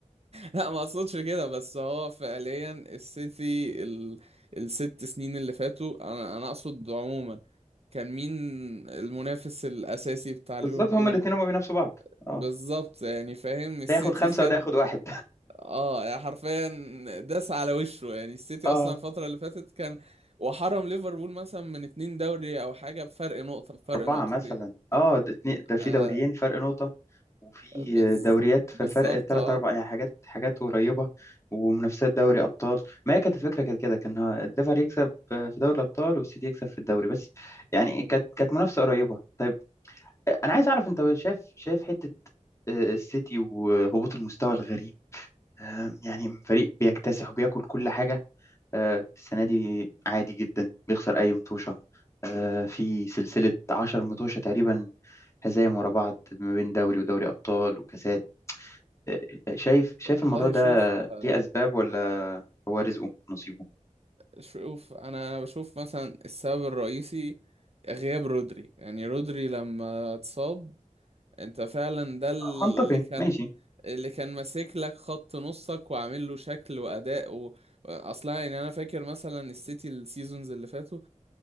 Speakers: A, on the right; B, on the left.
A: لا ما اقصدش كده بس هو فعليا السيتي ال... الست سنين اللي فاتوا انا انا اقصد عموما كان مين المنافس الاساسي بتاع ليفربول
B: بالظبط هما الاتنين هما بينافسوا بعض اه
A: بالظبط يعني فاهم السيتي
B: ده ياخد خمسة
A: خد
B: وده ياخد واحد
A: اه يعني حرفيا داس على وشه يعني السيتي
B: اه
A: اصلا الفترة اللي فاتت كان وحرم ليفربول مثلا من اتنين دوري او حاجة بفرق نقطة بفرق
B: أربعة
A: نقطتين
B: مثلا اه ده اتنين ده في
A: آه
B: دوريين فرق نقطة وفي
A: بز...
B: دوريات في
A: بالظبط
B: فرق تلات
A: اه
B: أربع يعني حاجات حاجات قريبة ومنافسات دوري أبطال ما هي كانت الفكرة كانت كده كان الليفر يكسب في دوري الأبطال والسيتي يكسب في الدوري بس يعني كانت كانت منافسة قريبة طيب أنا عايز أعرف أنت شايف شايف حتة آه، السيتي وهبوط المستوى الغريب آه، يعني فريق بيكتسح وبياكل كل حاجة آه، السنة دي عادي جدا بيخسر أي مطوشة آه، في سلسلة عشر مطوشة تقريبا هزايم ورا بعض ما بين دوري ودوري أبطال وكاسات آه، آه، شايف شايف
A: والله
B: الموضوع ده
A: شوف آه
B: ليه أسباب ولا هو رزقه نصيبه
A: شوف انا انا بشوف مثلا السبب الرئيسي غياب رودري يعني رودري لما اتصاب انت فعلا ده اللي
B: آه، منطقي
A: كان
B: ماشي
A: اللي كان ماسك لك خط نصك وعامل له شكل واداء و... اصلا يعني انا فاكر مثلا السيتي السيزونز اللي فاتوا